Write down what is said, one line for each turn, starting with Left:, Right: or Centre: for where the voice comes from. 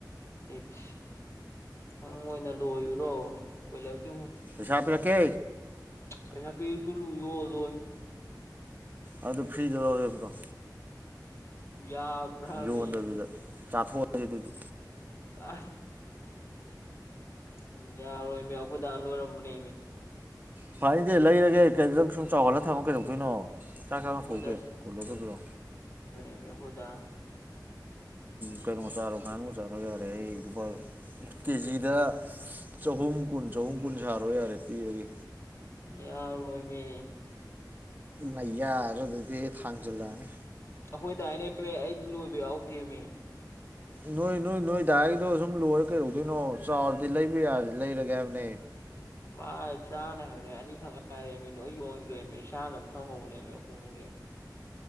Left: ꯑꯦꯁ ꯅꯪ ꯑꯣꯏꯅ ꯂꯣꯏꯔꯨꯔꯣ ꯀꯣꯏꯂꯔꯒꯤꯨ
Right: ꯄꯁꯥꯄꯤꯔꯛꯀꯦ
Left: ꯄꯩꯁꯥ ꯄꯤ ꯆꯂꯨ ꯌꯣꯗꯣ
Right: ꯑꯗꯨꯗ ꯐ꯭ꯔꯤꯖꯗꯔꯦꯕ꯭ꯔꯣ
Left: ꯌꯥꯕ꯭ꯔꯃꯤ
Right: ꯌꯣꯟꯗꯕꯤꯗ ꯆꯥꯊꯣꯛꯑꯁꯦ ꯑꯗꯨꯗꯤ
Left: ꯑ ꯎꯝ ꯌꯥꯔꯣꯏꯃꯦ ꯑꯩꯈꯣꯏꯗꯥ ꯂꯣꯏꯔꯝꯕꯅꯦ
Right: ꯐꯥꯏꯗꯤꯦ ꯂꯩꯔꯒꯦ ꯀꯩꯗꯪ ꯁꯨꯝ ꯆꯥꯎꯍꯜꯂꯒ ꯊꯝꯃ ꯀꯩꯗꯧꯇꯣꯏꯅꯣ ꯆꯥꯛ ꯆꯥꯅ
Left: ꯑꯩꯈꯣꯏꯗ
Right: ꯊꯒꯦ ꯀꯣꯜꯂꯗꯧꯕꯔꯣ
Left: ꯍꯗꯥ
Right: ꯀꯩꯅꯣ ꯆꯥꯔꯨꯀꯥꯟꯒ ꯆꯥꯔꯣ ꯌꯥꯔꯦ ꯑꯩ ꯂꯨꯄꯥ ꯀꯦꯖꯤꯗ ꯆꯍꯨꯝ ꯀꯨꯟ ꯆꯍꯨꯝ ꯀꯨꯟ ꯁꯥꯔꯣ ꯌꯥꯔꯦ ꯄꯤꯕꯒꯤ
Left: ꯌꯥꯣꯏꯃꯦ
Right: ꯅꯌꯥꯔ ꯑꯗꯨꯗꯤ ꯊꯥꯡꯖꯤꯜꯂꯛꯑꯅꯤ
Left: ꯑꯩꯈꯣꯏꯗꯥꯏꯅꯦ ꯑꯩꯗꯤ ꯂꯣꯏꯕ ꯌꯥꯎꯗꯦꯅꯦ
Right: ꯅꯣꯏ ꯅꯣꯏ ꯅꯣꯏꯗꯥꯏꯗꯣ ꯁꯨꯝ ꯂꯣꯏꯔ ꯀꯩꯗꯧꯗꯣꯏꯅꯣ ꯆꯥꯎꯔꯗꯤ ꯂꯩꯕ ꯌꯥꯔ ꯂꯩꯔꯒꯦ ꯍꯥꯏꯕꯅꯦ
Left: ꯃꯥ ꯆꯥꯅ ꯍꯥꯏꯕꯅꯦ ꯑꯅꯤꯈꯛ ꯉꯥꯏꯔꯦꯃꯤ ꯂꯣꯏ ꯌꯣꯟꯈ꯭ꯔꯦꯃꯤ ꯏꯁꯥꯅ ꯑꯗꯨꯝ ꯊꯝꯍꯧꯕꯅꯦꯕ ꯑꯩꯈꯣꯏ ꯏꯃꯨꯡꯒꯤ